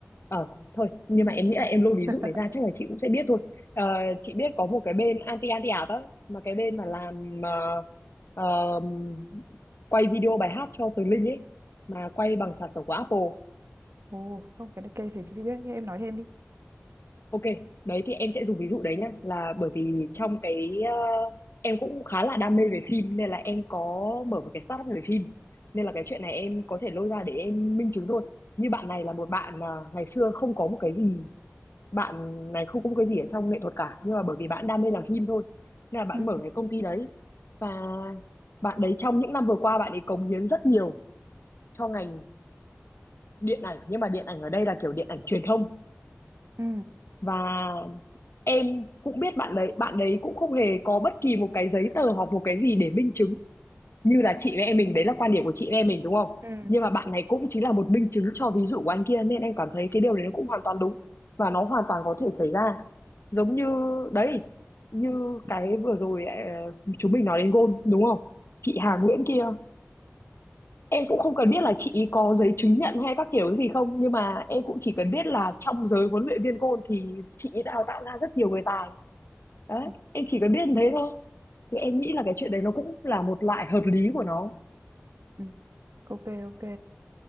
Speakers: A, on the left; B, on the right.
A: ờ thôi nhưng mà em nghĩ là em lôi ví
B: <laughs>
A: dụ này ra chắc là chị cũng sẽ biết thôi Ờ, chị biết có một cái bên anti anti ảo đó mà cái bên mà làm ờ, ờ, quay video bài hát cho Tường Linh ấy mà quay bằng sản phẩm của Apple
B: ồ không cái này cây thì chị biết nhưng em nói thêm đi
A: Ok, đấy thì em sẽ dùng ví dụ đấy nhá, là bởi vì trong cái ờ, em cũng khá là đam mê về phim nên là em có mở một cái startup về phim. Nên là cái chuyện này em có thể lôi ra để em minh chứng thôi. Như bạn này là một bạn à, ngày xưa không có một cái gì, bạn này không có một cái gì ở trong nghệ thuật cả, nhưng mà bởi vì bạn đam mê làm phim thôi. Nên là bạn
B: ừ
A: mở cái công ty đấy và bạn đấy trong những năm vừa qua bạn ấy cống hiến rất nhiều cho ngành điện ảnh, nhưng mà điện ảnh ở đây là kiểu điện ảnh truyền thông
B: ừ
A: và em cũng biết bạn đấy bạn đấy cũng không hề có bất kỳ một cái giấy tờ hoặc một cái gì để minh chứng như là chị với em mình đấy là quan điểm của chị với em mình đúng không
B: ừ
A: nhưng mà bạn này cũng chính là một minh chứng cho ví dụ của anh kia nên em cảm thấy cái điều đấy nó cũng hoàn toàn đúng và nó hoàn toàn có thể xảy ra giống như đấy như cái
B: ừ
A: vừa rồi ờ, chúng mình nói đến gôn đúng không chị
B: ừ
A: Hà Nguyễn kia em cũng không cần biết là chị ý có giấy chứng nhận hay các kiểu cái gì không nhưng mà em cũng chỉ cần biết là trong giới huấn luyện viên gôn thì chị ý đào tạo ra rất nhiều người tài đấy
B: ừ
A: em chỉ có biết như thế thôi thì em nghĩ là cái chuyện đấy nó cũng là một loại hợp lý của nó
B: ừ. ok ok